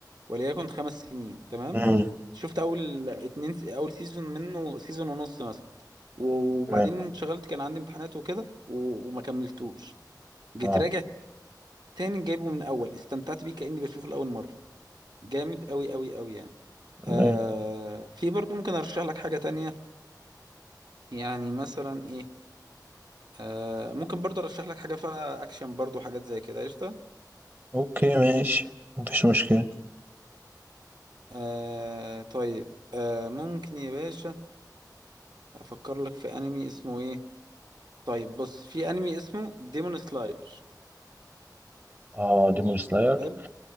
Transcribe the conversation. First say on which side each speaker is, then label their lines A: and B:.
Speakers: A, on the right; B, on the right.
A: وليكن خمس سنين تمام
B: امم
A: شفت اول اتنين اول سيزون منه سيزون ونص مثلا وبعدين
B: تمام
A: انشغلت كان عندي امتحانات وكده و- وما كملتوش جيت
B: اه
A: راجع تاني جايبه من الاول استمتعت بيه كأني بشوفه لأول مرة جامد قوي قوي قوي يعني
B: تمام
A: آه في برضو ممكن ارشح لك حاجة تانية يعني مثلا ايه آه ممكن برضو ارشح لك حاجة فيها اكشن برضو حاجات زي كده قشطة
B: اوكي ماشي مفيش مشكلة
A: آه طيب آه ممكن يا باشا افكر لك في انمي اسمه ايه طيب بص في انمي اسمه ديمون سلاير
B: اه ديمون سلاير
A: حلو